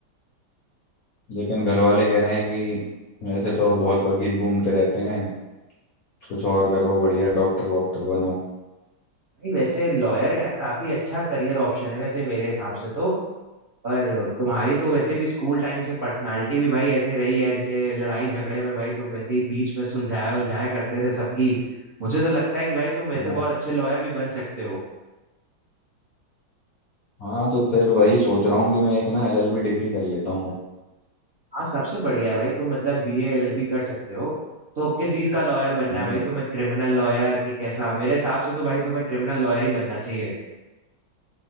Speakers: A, on the left; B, on the right.
A: लेकिन घर वाले कह रहे हैं कि ऐसे तो बहुत वकील घूमते रहते हैं कुछ और करो बढ़िया डॉक्टर वॉक्टर बनो
B: भाई वैसे लॉयर यार काफी अच्छा करियर ऑप्शन है वैसे मेरे हिसाब से तो और तुम्हारी तो वैसे भी स्कूल टाइम से पर्सनालिटी भी भाई ऐसे रही है जैसे लड़ाई झगड़े में भाई तुम वैसे ही बीच में सुलझाया उलझाया करते थे सबकी मुझे तो लगता है कि भाई तुम वैसे
A: हाँ
B: बहुत अच्छे लॉयर भी बन सकते हो
A: हाँ तो फिर वही सोच रहा हूँ कि मैं एक ना एलएलबी डिग्री कर लेता हूँ
B: हाँ सबसे बढ़िया है भाई तुम मतलब B A L L B कर सकते हो तो किस चीज का लॉयर बनना
A: हम्म,
B: है भाई तुम्हें क्रिमिनल लॉयर की कैसा मेरे हिसाब से तो भाई तुम्हें क्रिमिनल लॉयर ही बनना चाहिए